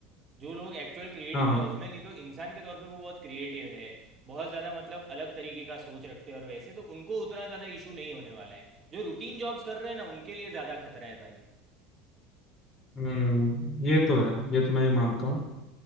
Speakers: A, on the right (about 35°); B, on the left (about 35°).
A: जो लोग एक्चुअल क्रिएटिव
B: हाँ हाँ
A: जॉब्स में नहीं तो इंसान के तौर पे वो बहुत क्रिएटिव है बहुत ज़्यादा मतलब अलग तरीके का सोच रखते हैं और वैसे तो उनको उतना ज़्यादा इशू नहीं होने वाला है जो रूटीन जॉब्स कर रहे हैं ना उनके लिए ज़्यादा खतरा है भाई
B: हम्म ये तो है ये तो मैं भी मानता हूँ